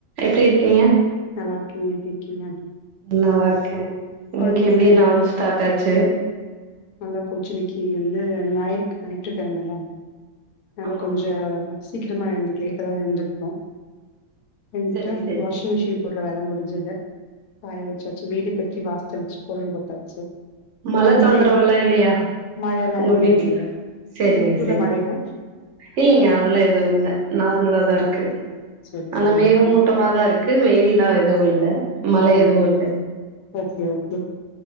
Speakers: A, on the right (about 60°); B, on the left (about 80°).
A: எப்டி இருக்கீங்க
B: நல்லா இருக்கே நீங்க எப்டி இருக்கீங்க
A: நல்லாதா இருக்க இன்னிக்கு
B: கொழந்தைங்களா
A: எப்டி
B: இருக்காங்க
A: நாள் ஸ்டார்ட் ஆச்சு
B: நல்லா போச்சு இன்னிக்கி வந்து ஞாயிறு ஞாயிற்றுகெழம்மல அதனால
A: ஆமா
B: கொஞ்சோ சீக்கிரமா எழுந்திக்கல லேட்டாதா எழுந்திட்டோ எழுந்திட்டு
A: சரி சரி
B: வாஷிங் மிஷின் போடுற வேல முடிஞ்சது காய வெச்சாச்சு வீடு பெறுக்கி வாசல் தெளச்சி கோலம் போட்டாச்சு
A: மழ
B: எங்க
A: தொந்தரவெல்லா
B: வீட்ல
A: இல்லியா
B: மழ எல்லா
A: உங்க
B: எதுவு
A: வீட்ல
B: இல்ல இங்க
A: சேரிங்க
B: உங்க ஊர்ல
A: சேரிங்க
B: மழையா
A: இல்லிங்க அதெல்லா எது இல்ல நார்மலாதா
B: அப்டிங்களா
A: இருக்கு
B: சரி
A: அந்த
B: சரி
A: மேகமூட்டமா
B: ஓகே
A: தா இருக்கு வெயில்ல எது இல்ல மழே
B: அப்டிங்களா
A: எது இல்ல
B: ஓகே ஓகே